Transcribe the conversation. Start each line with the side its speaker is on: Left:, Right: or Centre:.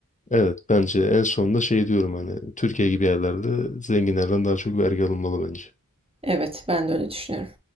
Left: Evet bence en sonunda şey diyorum hani Türkiye gibi yerlerde zenginlerden daha çok vergi alınmalı bence.
Right: Evet, ben de öyle düşünüyorum.